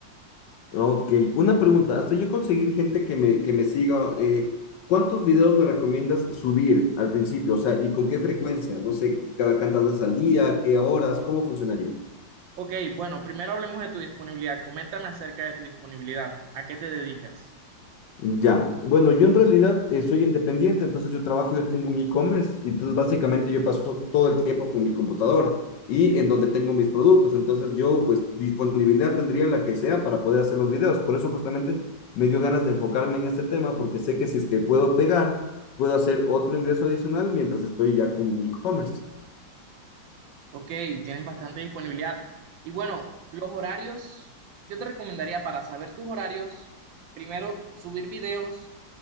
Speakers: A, on the left; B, on the right.
A: Ok, una pregunta, hasta yo conseguir gente que me, que me siga, eh, ¿cuántos videos me recomiendas subir al principio? O sea, ¿y con qué frecuencia? No sé, cada cuántas veces al día, qué horas, ¿cómo funcionaría?
B: Ok, bueno, primero hablemos de tu disponibilidad. Coméntame acerca de tu disponibilidad. ¿A qué te dedicas?
A: Ya, bueno, yo en realidad eh, soy independiente, entonces yo trabajo, yo tengo un e-commerce, y entonces básicamente yo paso todo el tiempo con mi computadora y en donde tengo mis productos, entonces yo pues disponibilidad tendría la que sea para poder hacer los videos, por eso justamente me dio ganas de enfocarme en este tema, porque sé que si es que puedo pegar, puedo hacer otro ingreso adicional mientras estoy ya con mi e-commerce.
B: Ok, tienes bastante disponibilidad. Y bueno, los horarios, yo te recomendaría para saber tus horarios, primero subir videos